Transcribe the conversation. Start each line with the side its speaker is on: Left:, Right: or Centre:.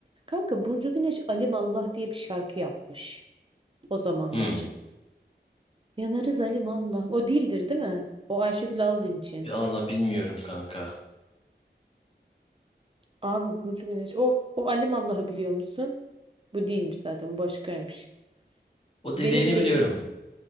Right: Kanka Burcu Güneş Alim Allah diye bir şarkı yapmış o zamanlar.
Left: Hmm.
Right: Yanarız Alim Allah. O değildir değil mi? O Ayşegül Aldın için.
Left: Bir anda bilmiyorum kanka.
Right: Abi Burcu Güneş. O, o Alim Allah'ı biliyor musun? Bu değilmiş zaten bu başkaymış.
Left: O
Right: Benim
Left: dediğini
Right: dediğim
Left: biliyorum.